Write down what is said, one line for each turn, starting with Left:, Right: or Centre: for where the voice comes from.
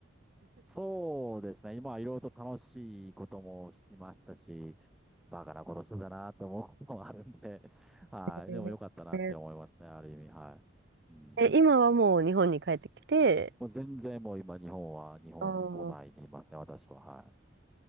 Centre: そうですね。今、いろいろと楽しいこともしましたし、バカなことしてたなと思うこともあるんで、<laughs> はい。
Right: え
Centre: でも良かったなって思いますね、
Right: ー、
Centre: ある意味、はい。うん。
Right: え、今はもう日本に帰ってきて、
Centre: もう全然もう今、日本は、日本、
Right: あー
Centre: 来ないでいますね、私は、はい。